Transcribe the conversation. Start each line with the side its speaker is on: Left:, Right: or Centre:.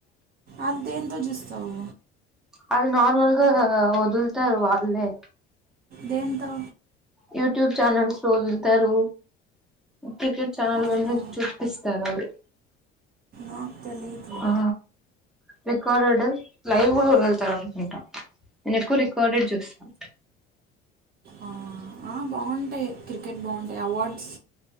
Right: అద్ దేంతో చూస్తావు
Centre: అవి నార్మల్గా వదుల్తారు వాళ్ళే
Right: దేంతో
Centre: యూట్యూబ్ ఛానల్స్ లొ వదుల్తారు క్రికెట్ ఛానలోనే
Right: అవునా
Centre: చూపిస్తారు అవి
Right: నాకు తెలిదు లే
Centre: ఆ రికార్డెడ్ లైవ్ కూడా వదులుతారు అనుకుంటా నేను ఎక్కువ రికార్డెడ్ చూస్తాను
Right: ఆ, ఆ బావుంటాయి క్రి క్రికెట్ బాగుంటయి awards